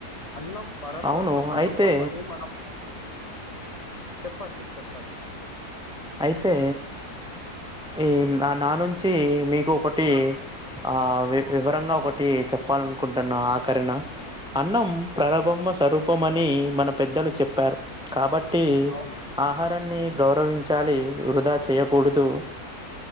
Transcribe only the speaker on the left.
అన్నం పరబ్రహ్మ
స్వరూపం
అని మన చెప్పండి చెప్పండి
చెప్పండి.
అవును.